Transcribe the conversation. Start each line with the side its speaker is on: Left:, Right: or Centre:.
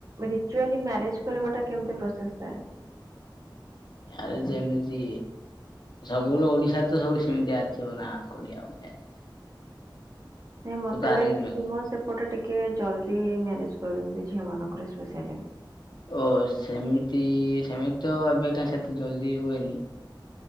Right: ରିଚୁଆଲି ମ୍ୟାରେଜ କରିବାଟା କେମିତି ପ୍ରୋସେସ୍ ଥାଏ?
Left: ଆରେ ଯେମିତି ସବୁବେଳେ ଓଡିଶାରେତ ସବୁ ସେମିତିଆ ଥିବନା। କୋଡ଼ିଆ <unintelligible>
Right: ନାଇଁ ମତେ ଲାଗେକିି
Left: ଆରେଞ୍ଜ ମ୍ୟାରେଜ
Right: ତୁମ ସେପଟେ ଟିକେ ଜଲ୍ଦି ମ୍ୟାରେଜ କରିନ୍ତି ଝିଅ ମାନଙ୍କର ସ୍ପେସାଲି।
Left: ଓ ସେମିତି ସେମିତିତ ଏବେକା ସେତେଟା ଜଲ୍ଦି ହୁଏନି।